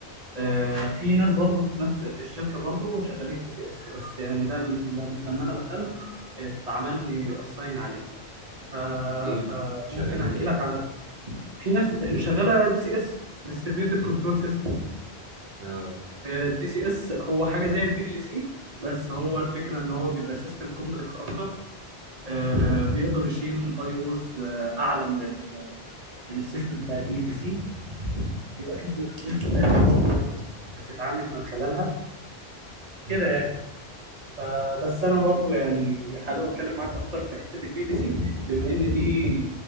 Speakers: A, on the right; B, on the right.
A: آه، في ناس برضو في نفس في الشركه برضو شغالين دي سي اس بس يعني ده ال- لما انا دخلت اتعمل لي اساين عليه ف...
B: ايه ال-
A: فممكن
B: شغالين
A: احكي
B: ايه
A: لك عن في ناس شغاله دي سي اس ديستريبيوتد كنترول
B: ايه ال-
A: سيستم
B: اه
A: الدي سي اس هو حاجه زي البي ال سي بس هو الفكره ان هو بيبقى سيستم كومبلكس اكتر آه، بيقدر يشيل اي اوز اعلى من ال... من السيستم بتاع البي ال سي بيبقى فيه بروتوكولز تانيه برضه بتتعامل من خلالها كده
B: امم
A: يعني فبس انا برضو يعني حابب اتكلم معاك اكتر في حته البي تي سي بما ان دي